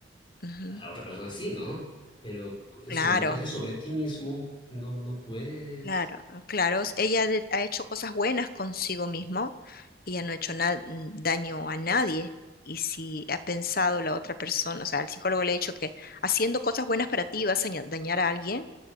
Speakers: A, on the left; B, on the left.
A: ujú,
B: a otra persona sí, ¿no? Pero c-
A: claro,
B: sobre lo que haces sobre ti mismo, no, no puedes.
A: claro, claro, ella de- ha hecho cosas buenas consigo mismo, ella no ha hecho na- daño a nadie. Y si ha pensado la otra persona, o sea, el psicólogo le ha dicho que haciendo cosas buenas para ti vas a ña- dañar a alguien,